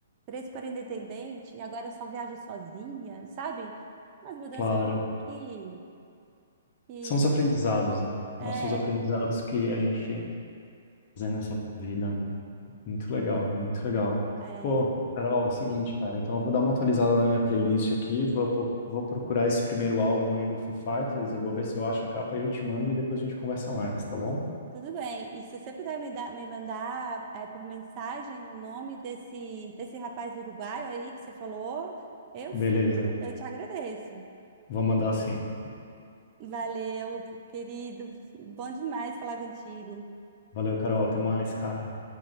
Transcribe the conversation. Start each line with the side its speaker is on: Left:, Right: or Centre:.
Right: virei super independente, e agora eu só viajo sozinha, sabe? Umas mudanças
Left: claro,
Right: que, que
Left: são os aprendizados, né?
Right: é,
Left: Nossos aprendizados que a gente fazendo nessa vida, né? Muito legal, muito legal.
Right: é,
Left: Pô, Carol, é o seguinte, cara, então eu vou dar uma atualizada na minha playlist aqui, vou, po- vou procurar esse primeiro álbum aí do Foo Fighters, eu vou ver se eu acho a capa e eu te mando e depois a gente conversa mais, tá bom?
Right: tudo bem. E se você puder me dar, me mandar é, por mensagem o nome desse, desse rapaz uruguaio aí que você falou, eu
Left: Beleza,
Right: fico, eu te agradeço.
Left: vou mandar sim.
Right: Valeu, querido, bom demais falar contigo.
Left: Valeu, Carol, até mais, cara.